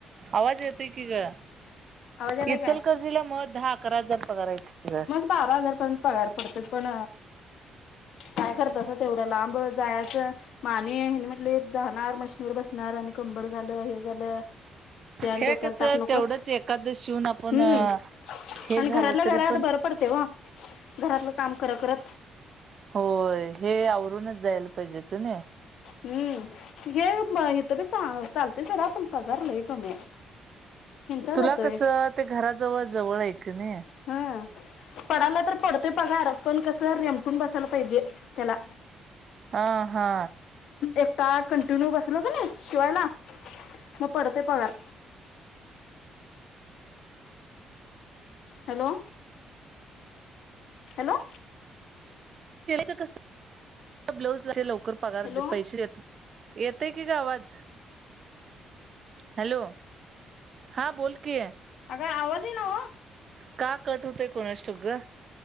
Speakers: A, on the right; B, on the left.
A: आवाज येतय की ग
B: आलाय
A: इचलकरजीला
B: काय
A: मग दहा अकरा हजार पगार आहे की. ग
B: बारा हजार पर्यंत पगार पडतो पण काय करतस तेवढं लांब जायचं. माने हे म्हटले जाणार मशीनीवर बसणार आणि कंबर झालं हे झालं. त्यान
A: हे
B: डोक्याला
A: कसं
B: ताप नकोच
A: तेवढंच एखादं शिवून आपण
B: हम्म
A: हे
B: आणि
A: झालं
B: घरातल्या
A: तरी
B: घरा.
A: पण
B: पडते व घरातलं काम कर करत.
A: होय हे आवरूनच जायला पाहिजे होत नाही.
B: हम्म हे इथ बी चालतय सोड आपण पगारलंय कमी आहे. ह्यांचा
A: तुला
B: जातोय
A: कस ते घराजवळ जवळ आहे कणी.
B: हा पडायला तर पडतोय पघ अर पण कसं रेमटून बसायला पाहिजे त्याला.
A: हा हा.
B: एकटा कंटिन्यू बसल होत नाही शिवायला मग पडोतय पगार. हॅलो. हॅलो.
A: च कस ब्लाउज लवकर पगार
B: हॅलो
A: पैसे देत नाही. येतंय की ग आवाज हॅलो. हां बोल कि आहे.
B: अग आवाज येई ना ओ.
A: का कट होतय कोणासष्टव ग